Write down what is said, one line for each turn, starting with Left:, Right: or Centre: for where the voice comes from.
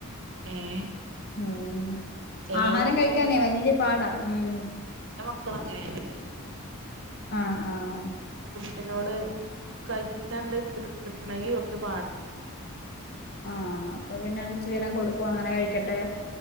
Right: ഏഹ്
Left: ഉം
Right: ചെല
Left: ആഹാരം കഴിക്കാനേ
Right: കു
Left: വല്യ പാടാ ഉം
Right: മക്കൾ അങ്ങനെയാണല്ലോ
Left: ആഹ് ആഹ്
Right: ന്നോട് കഴിച്ചണ്ട് കിട്ടണമെങ്കി കുറച്ച് <unintelligible>
Left: ആഹ് അപ്പൊ പിന്നെ അത് ഇച്ചിരി നേരം കൊടുക്കും അങ്ങനെ കഴിക്കട്ടെ